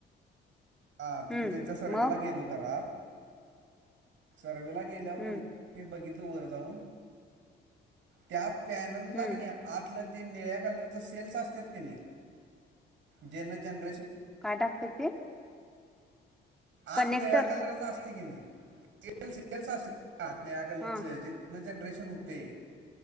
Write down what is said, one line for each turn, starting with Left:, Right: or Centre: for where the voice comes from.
Right: हा
Centre: हम्म
Right: तिथं त्यांच्या सर्वेला
Centre: मग
Right: गेलो घरात सर्वेला गेल्यावं
Centre: हम्म
Right: काय नई, मी बघितलं वर जाऊन, त्यात पॅनलला
Centre: हम्म
Right: काय नाही आतलं ती निळ्या कलरचं सेल्स असत्यात की नई, जेनं जेनं
Centre: काय टाकत्यात ते? कनेक्टर्स
Right: आत निळ्या कलरचं असतय काय नाई, तेच डिटेल्स असलं हां, निळ्या कलरचं,
Centre: हा
Right: जिथनं जनरेशन हुतंय